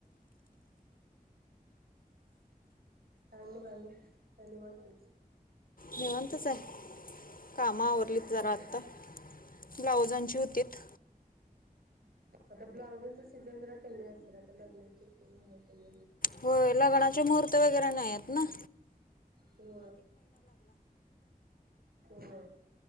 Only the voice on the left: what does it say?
निवांतच आहे कामं आवरलीत
जरा आत्ता ब्लाऊजांची होतीत
होय लग्नाचे मुहूर्त वगैरे नाही आहेत नाही